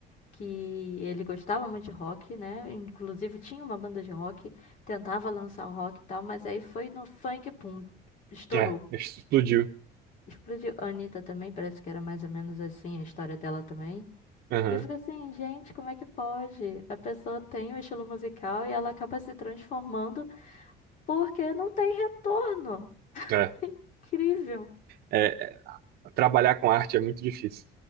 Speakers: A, on the left; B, on the right.
A: que ele gostava muito de rock, né? Inclusive, tinha uma banda de rock, tentava lançar o rock e tal, mas aí foi no funk, pum, estourou.
B: É, explodiu.
A: Explodiu. A Anitta também, parece que era mais ou menos assim a história dela também.
B: Aham,
A: E eu fico assim, gente, como é que pode? A pessoa tem o estilo musical e ela acaba se transformando porque não tem retorno.
B: é.
A: Incrível.
B: É, Trabalhar com arte é muito difícil.